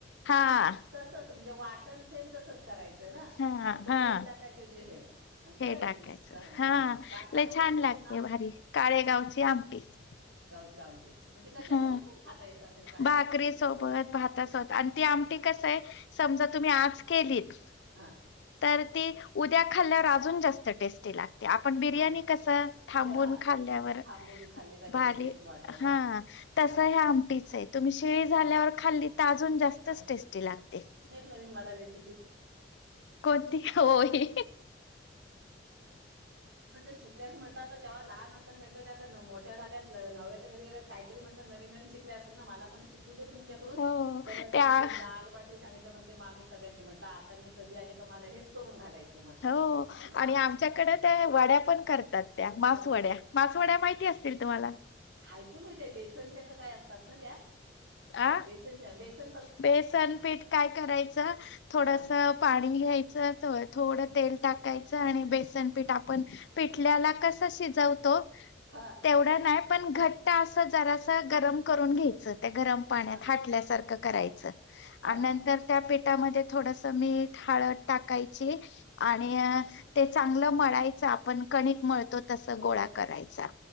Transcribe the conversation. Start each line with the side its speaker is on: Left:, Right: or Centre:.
Left: हं
Right: तसच म्हणजे वाटण सेम तसच करायचंय ना
Left: हा
Right: मग तो
Left: हा
Right: कट टाकायचे हे बरं
Left: हे
Right: आहे
Left: टाकायचं
Right: की तर
Left: हा
Right: काय काय
Left: लय
Right: बोलली
Left: छान
Right: त्याचं
Left: लागते
Right: नाव?
Left: भारी <unintelligible>
Right: <unintelligible> कशासोबत
Left: हा
Right: पण खाता येत असेल काळेगावची
Left: भाकरीसोबत
Right: आमटी
Left: भातासोबत आणि ती आमटी कसं हे समजा तुम्ही आज केलीत
Right: हं
Left: तर ती उद्या खाल्ल्यावर अजून जास्त टेस्टी लागते ते आपण बिर्याणी
Right: हा
Left: कस थांबून
Right: ते हा
Left: खाल्ल्यावर
Right: थांबून खाल्ली का त्याची
Left: भारी
Right: टेस्ट वाढते
Left: ह
Right: हा
Left: तस
Right: हा
Left: हे आमटीच आहे तुम्ही शेळी झाल्यावर खाल्ली त अजून जास्तच
Right: हा
Left: टेस्टी लागते.
Right: नवीन <unintelligible> <inaudible> म्हट
Left: कोणती होय
Right: शिकल्या म्हटलंता तेव्हा लहान असताना भेट आ मोठ्या झाल्यात नवऱ्याच्या घरीत काहीरी म्हटल नविन नविन शिकल्या असतील ना मला पण शिकू दे तुमच्याकडून
Left: हो
Right: तर
Left: त्या
Right: ताने ते डाळ भाटी संगीता म्हणते मामी सगळ्यांंच म्हटलं आता मी कधी आले का मला हेच करून घालायचं. म्हटलं.
Left: हो
Right: हां.
Left: आणि आमच्याकडे त्या वड्या पण करतात त्या. मासवड्या-मासवड्या
Right: कसल्या?
Left: माहिती असतील तुम्हाला.
Right: होय माहिते बेसनाच्या असतात ना त्या
Left: आ
Right: बेसनाच्या.
Left: बेसन पीठ काय करायचं. थोडस
Right: हां.
Left: पाणी घ्यायचं. थोड तेल टाकायचं. आणि बेसन पीठ आपण. पीठ ल्याला कस शिजवतो
Right: हां.
Left: तेवढ नाही. पण घट्ट असं जरास गरम करून घ्यायचं. त्या गरम पाण्यात
Right: हां.
Left: हाटल्यासारखं करायचं.
Right: हां.
Left: आणि नंतर त्या पिठामध्ये थोडस मीठ हळद टाकायची. आणि
Right: हां.
Left: ते चांगलं मळायचं. आपण कणिक मळतो तस
Right: मग
Left: गोळा
Right: तसं.
Left: करायचा.